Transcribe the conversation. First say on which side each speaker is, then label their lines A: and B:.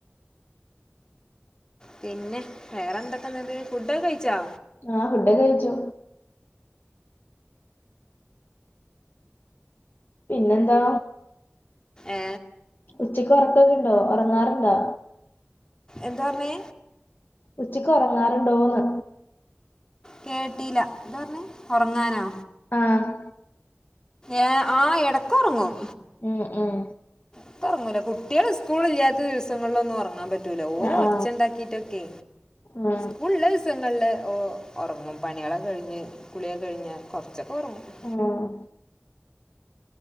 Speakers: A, on the left; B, on the left.
A: പിന്നെ വേറെന്തൊക്കെ ന്നത് ഫുഡൊക്കെ കഴിച്ചാ
B: ആ ഫുഡൊക്കെ കഴിച്ചു പിന്നെന്താ
A: ഏ
B: ഉച്ചയ്ക്ക് ഒറക്കൊക്കെ ഇണ്ടോ ഒറങ്ങാറുണ്ടോ
A: എന്താ പറ്ഞ്ഞെ
B: ഉച്ചയ്ക്ക് ഒറങ്ങാറുണ്ടോന്ന്
A: കേട്ടീല്ല എന്താ പറ്ന്നെ ഒറ്ങ്ങാനോ
B: ആഹ്
A: ഏഹ് ആഹ് എടയ്ക്ക് ഒറങ്ങും
B: ഉം ഉം
A: ഇപ്പൊറങ്ങൂല കുട്ട്യേള് സ്കൂൾ ഇല്ലാത്ത ദിവസങ്ങളിലൊന്നും ഒറങ്ങാൻ പറ്റ് റ്റൂല ഓല്
B: ആ
A: ഒച്ച
B: ആ
A: ഇണ്ടാക്കിട്ടൊക്കെ
B: ആ
A: ഫുൾ സങ്ങളില് ഓ ഒറങ്ങും പണ്യേളൊക്കെ കഴിഞ്ഞ് കുളിയൊക്കെ കഴിഞ്ഞ് കൊറച്ചൊക്കെ ഒറങ്ങും.
B: അഹ്